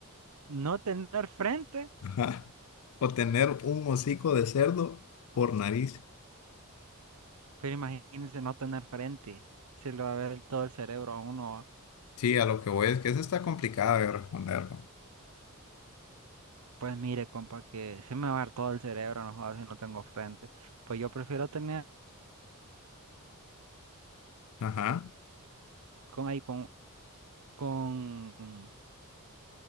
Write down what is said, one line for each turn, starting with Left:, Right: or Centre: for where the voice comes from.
Right: No tener frente
Left: Ajá. O tener un hocico de cerdo por nariz.
Right: Pero imagínense no tener frente. Se le va a ver todo el cerebro a uno.
Left: Sí, a lo que voy es que eso está complicado de responder, compa.
Right: Pues mire, compa, que se me va a ver todo el cerebro, no jodas si no tengo frente. Pues yo prefiero tener
Left: Ajá.
Right: con ahí con con